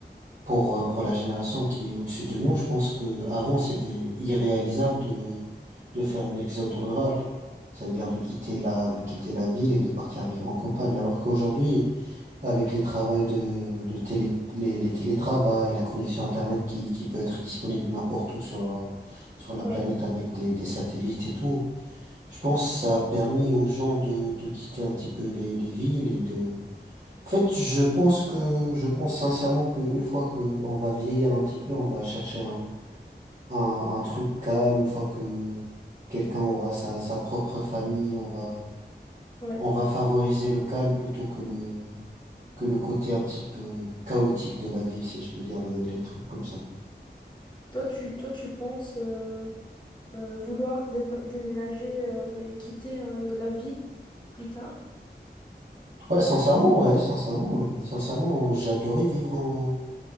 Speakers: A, on the right (about 45°); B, on the left (about 25°).
A: Pour, euh, pour la génération qui est au-dessus de nous, je pense que avant c'était irréalisable de, de faire une exode rurale. Ça veut dire de quitter la, de quitter la ville et de partir vivre en campagne. Alors qu'aujourd'hui, avec les travails de, de télé, les, les télétravails, la connexion Internet qui, qui peut être disponible n'importe où sur, la- sur la
B: Ouais,
A: planète avec des, des satellites et tout, je pense que ça a permis aux gens de, de quitter un petit peu les, les villes en fait, je pense que je pense sincèrement que une fois que on va vieillir un petit peu, on va chercher un, un, un truc calme. Une fois que quelqu'un aura sa, sa propre famille, on va
B: ouais.
A: on va favoriser le calme plutôt que le que le côté un petit peu chaotique de la ville, si je peux dire les, les trucs comme ça.
B: Toi, tu, toi, tu penses euh, euh, vouloir dé- déménager euh, et quitter euh, la ville plus tard?
A: Ouais, sincèrement, ouais, sincèrement, ouais. Sincèrement, j'adorais vivre en